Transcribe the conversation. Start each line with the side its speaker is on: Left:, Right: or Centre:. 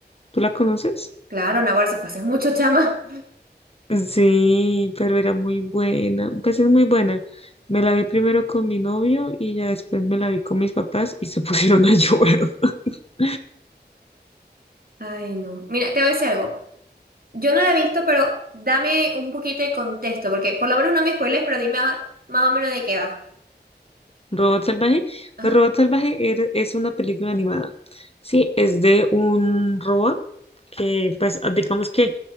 Left: ¿Tú la conoces?
Right: Claro, Nahuatl, eso fue hace mucho, chama.
Left: Sí, pero era muy buena, pues es muy buena. Me la vi primero con mi novio y ya después me la vi con mis papás y se <laughs> pusieron a llorar. <laughs>
Right: Ay, no. Mira, te voy a decir algo. Yo no la he visto, pero dame un poquito de contexto, porque por lo menos no me spoiles, pero dime a- más o menos de qué va.
Left: Robot Salvaje.
Right: Ajá.
Left: Pues Robot Salvaje er- es una película animada. Sí, es de un robot que, pues, ah, digamos que